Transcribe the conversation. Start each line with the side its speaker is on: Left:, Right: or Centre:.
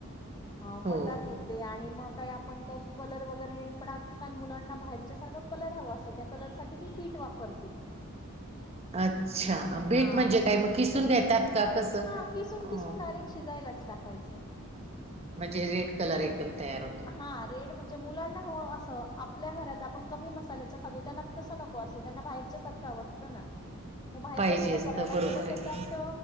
Left: हा
Right: हो
Left: मटार घेते आणि मग काय आप आपण काय कलर वगैरे नाही पण आजकाल मुलांना बाहेरच्या सारखं कलर हवं असंत त्या कलर साठी मी बीट वापरते. <unintelligible>
Right: अच्छा,
Left: हा
Right: बीट
Left: हा
Right: म्हणजे
Left: अशी
Right: काय मग किसून घेतात का कसं?
Left: हा किसून
Right: अ
Left: किसून डायरेक्ट शिजायलाच टाकायचं.
Right: म्हणजे रेड कलर एकदम तयार होत
Left: हा रेड म्हणजे मुलांना हो अस आपल्या घरात आपण कमी मसाल्याच खातो. त्यानां तस नको असतो त्यांना बाहेरच्या सारखं हंव अंसतं ना मग बाहेरच्या
Right: पाहिजे
Left: सारखं
Right: असतं
Left: करायला
Right: बरोबर
Left: गेलं
Right: आहे
Left: तर त्यात